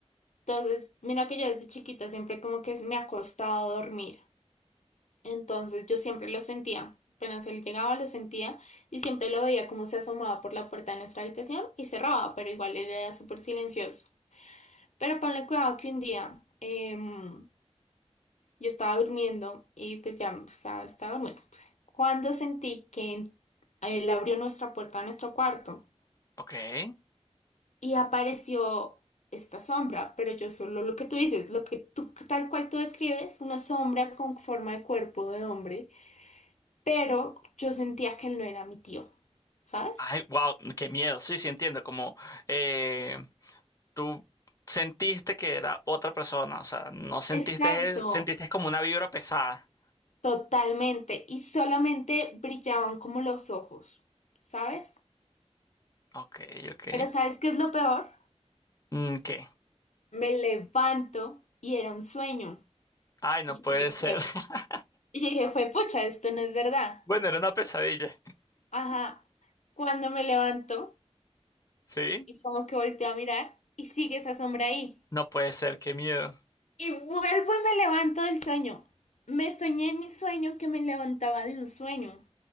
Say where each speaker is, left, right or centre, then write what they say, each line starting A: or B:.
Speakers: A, on the left (about 85°); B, on the left (about 30°).
A: Entonces, mira que yo desde chiquita siempre como que me ha costado dormir. Entonces yo siempre lo sentía. Apenas él llegaba, lo sentía y siempre lo veía como se asomaba por la puerta de nuestra habitación y cerraba, pero igual él era súper silencioso. Pero ponle cuidado que un día em, yo estaba durmiendo y pues ya pues, estaba, estaba durmiendo. Cuando sentí que él abrió nuestra puerta a nuestro cuarto
B: ok.
A: y apareció esta sombra, pero yo solo lo que tú dices, lo que tú tal cual tú describes, una sombra con forma de cuerpo de hombre pero yo sentía que él no era mi tío, ¿sabes?
B: Ay, wow, qué miedo, sí, sí entiendo, como eh, tú sentiste que era otra persona, o sea, no sentiste,
A: Exacto.
B: sentiste como una vibra pesada.
A: Totalmente, y solamente brillaban como los ojos, ¿sabes?
B: Ok, ok.
A: Pero ¿sabes qué es lo peor?
B: Mm, ¿Qué?
A: Me levanto y era un sueño.
B: Ay, no
A: Y yo
B: puede
A: dije,
B: ser.
A: "Jue-
B: <laughs>
A: y yo dije, fue pucha, esto no es verdad.
B: Bueno, era una pesadilla,
A: Ajá, cuando me levanto
B: ¿sí?
A: y como que volteo a mirar y sigue esa sombra ahí.
B: No puede ser, qué miedo.
A: Y vuelvo y me levanto del sueño. Me soñé en mi sueño que me levantaba de un sueño.